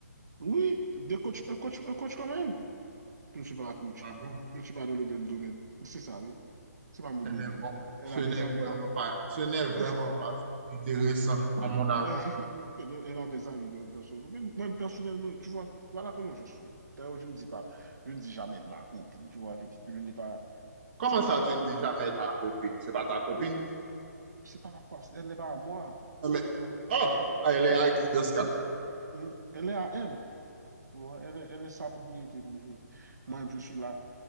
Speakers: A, on the right (about 80°); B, on the right (about 40°).
A: Oui, des coachs, un coach, un coach quand même. Je ne suis pas un coach.
B: Ah bon?
A: Je ne suis pas dans le même domaine. C'est ça, oui. C'est pas mon domaine.
B: Eh bien, bon,
A: Elle
B: ce
A: a
B: n'est
A: des amis.
B: vraiment pas,
A: <laughs>
B: ce n'est vraiment pas intéressant, à mon avis.
A: <laughs> Et donc, elle a des amis dans, dans son domaine. Moi, personnellement, tu vois, voilà comment je suis. D'ailleurs, je ne dis pas, je ne dis jamais ma copine, tu vois, je, je n'ai pas.
B: Comment
A: C'est comme
B: ça,
A: ça
B: tu
A: que je.
B: ne dis jamais ta copine? C'est pas ta copine?
A: C'est par rapport, à- elle n'est pas à moi,
B: Ah,
A: c'est
B: mais,
A: pour ça.
B: oh, elle est à qui dans ce cas?
A: C'est- Hmm, Elle est à elle, tu vois, elle est, elle est sa propriété privée. Moi, je suis là